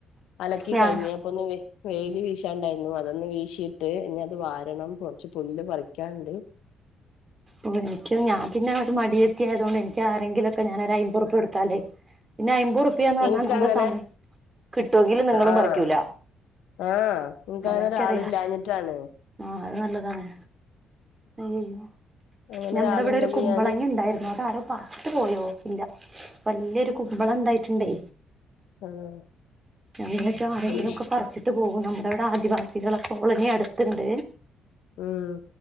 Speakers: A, on the left; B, on the right.
A: അലക്കി
B: ഞാൻ
A: കഴിഞ് അപ്പൊന്ന് വെ ഷിട്ട് ഇനി അത് വാരണം കുറച്ച് പുല്ല് പറിക്യാണ്ട്
B: ഓ നിക്ക് ഞാൻ പിന്നെ ഒരു മടിയെ <unintelligible> ആയത് കൊണ്ട് എനിക്കാ രെങ്കിലൊക്കെ ഞാനരു അയ്മ്പൊർപ്വ കൊടുത്താലെ പിന്നെ അയ്മ്പൊർ അപ്പിയാന്ന് പറഞ്ഞാൽ
A: എനിക്കങ്ങനെ
B: നമ്മൾസമയകിട്ടൊങ്ക്ൽ നിങ്ങളും
A: ആഹ്
B: പറിക്കൂല
A: ആഹ് എനിക്കങ്ങനെ
B: അതെനിക്കറിയാ
A: ഒരാളില്ലാഞ്ഞിട്ടാണ്
B: ആഹ് അത് നല്ലതാണ് അയ്യയ്യൊ
A: അങ്ങനെ
B: ഞമ്മ്ടെ
A: ഒരാളുണ്ടെങ്കി
B: വിടൊരു കുമ്പളങ്ങൺണ്ടായിര്ന്നു
A: ഞാന്
B: അതാരോ പറച്ചിട്ട് പോയോ ഇല്ല വല്യൊരു കുമ്പളം ണ്ടായിട്ടുണ്ടേ
A: ആഹ്
B: ഞാമ് വിചാരിച്ചാ ആരെങ്കിലും
A: ഉം
B: ക്കെ പറിച്ചിട്ട് പോം നമ്മുടവിട ആദിവാസികളെ കോളനി അട്ത്ത്ണ്ട്
A: ഉമ്